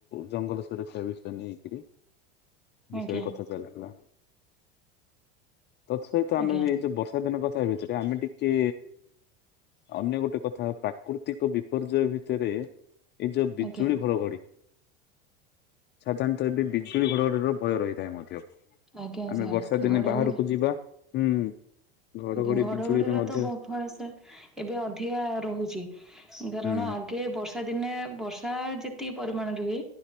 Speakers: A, on the left; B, in the centre.
A: ଜଙ୍ଗଲ ସୁରକ୍ଷା ବିଷୟରେ ନେଇକିରି ବିଷୟରେ
B: ଆଜ୍ଞା
A: କଥା ଚାଲିଥିଲା। ତ ତ ଆମେ
B: ଆଜ୍ଞା
A: ଏଇ ଯୋଉ ବର୍ଷା ଦିନ କଥା ହେବ ଆମେ ଟିକେ ଅନ୍ୟ ଗୋଟେ କଥା ପ୍ରାକୃତିକ ବି ବିପର୍ଯ୍ୟୟ ଭିତରେ ଏଇ ଯୋଉ ବିଜୁଳି
B: ଆଜ୍ଞା
A: ଘଡଘଡି ସାଧାରଣତଃ ଏବେ ବିଜୁଳି ଘଡ ଭୟ ରହିଥାଏ ମଧ୍ୟ
B: ଆଜ୍ଞା
A: ଆମେ
B: ସାର୍
A: ବର୍ଷା ଦିନେ
B: ଘଡଘଡି
A: ବାହାରକୁ ଯିବା ହୁଁ। ଘଡଘଡି
B: ଆଜ୍ଞା ଘଡଘଡିରେ
A: ବିଜୁଳିରେ ମଧ୍ୟ
B: ତ ବହୁତ ଭୟସା ଏବେ ଅଧିକା ରହୁଛି। କାରଣ
A: ହୁଁ
B: ଆଗେ ବର୍ଷା ଦିନେ ବର୍ଷା ଯେତ ତି ପରିମାଣରେ ହୁଏ।